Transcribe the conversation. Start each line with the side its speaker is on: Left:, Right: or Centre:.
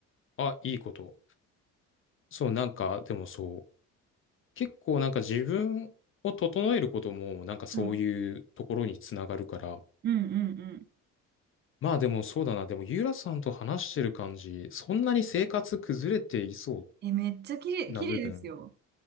Left: あ、いいこと。そう、なんか、でもそう。結構なんか自分を整えることもなんかそういうところにつながるから。
Right: はい。うんうんうん。
Left: まあでもそうだな。でもユーラさんと話してる感じ、そんなに生活崩れていそ
Right: え、めっちゃ綺麗、
Left: うな部分、
Right: 綺麗ですよ。